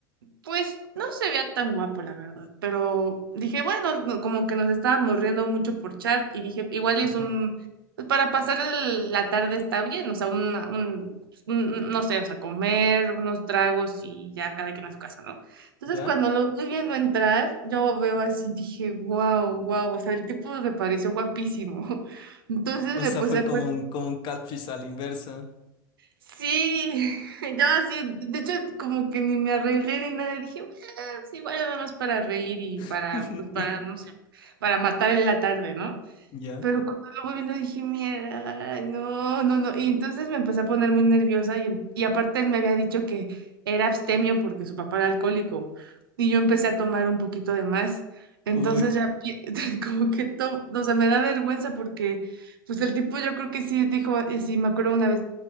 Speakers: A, on the right; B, on the left.
A: pues no se veía tan guapo, la verdad, pero dije, bueno, no- como que nos estábamos riendo mucho por chat y dije, igual
B: Ajá.
A: es un, pues para pasar el- la tarde está bien, o sea, una- un, pues, un- no sé, o sea, comer unos tragos y ya cada quien a su casa, ¿no? Entonces
B: ¿Ya?
A: cuando lo estoy viendo entrar, yo veo así, dije, wow, wow, o sea, el tipo me pareció guapísimo. <laughs> Entonces
B: O
A: me
B: sea,
A: puse
B: fue
A: a
B: como un, como un catfish a la inversa.
A: Sí, <laughs> yo así, de hecho, como que ni me arreglé ni nada, dije, "Bueno, sí, igual nada más para reír y
B: <laughs>
A: para, pues, para, no sé, para matar en la tarde, ¿no?
B: ¿Ya?
A: Pero cuando lo voy viendo dije, mierda, ay, no, no, no. Y entonces me empecé a poner muy nerviosa y, em- y aparte él me había dicho que era abstemio porque su papá era alcohólico y yo empecé a tomar un poquito de más. Entonces
B: Uy.
A: ya pi- <laughs> como que to- o sea, me da vergüenza porque pues el tipo yo creo que sí dijo, y sí, me acuerdo una vez,